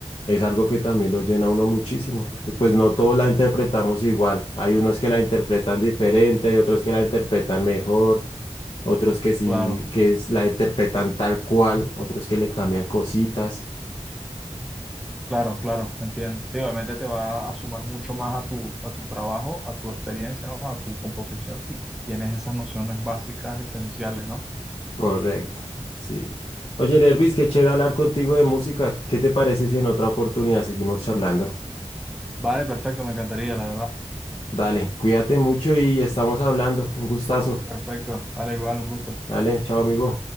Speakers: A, on the left; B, in the centre.
A: es algo que también lo llena a uno muchísimo, porque pues no todos la interpretamos igual. Hay unos que la interpretan diferente, hay otros que la interpretan mejor, otros que sí,
B: Claro.
A: que es- la interpretan tal cual, otros que le cambian cositas.
B: Claro, claro, entiendo. Sí, obviamente te va a sumar mucho más a tu, a tu trabajo, a tu experiencia, ¿no? A tu composición, si tienes esas nociones básicas, esenciales, ¿no?
A: Correcto, sí. Oye, Lervis, qué chévere hablar contigo de música. ¿Qué te parece si en otra oportunidad seguimos charlando?
B: Vale, perfecto, me encantaría, la verdad.
A: Dale, cuídate mucho y estamos hablando. Un gustazo.
B: Perfecto, vale, igual, un gusto.
A: Dale, chao, amigo.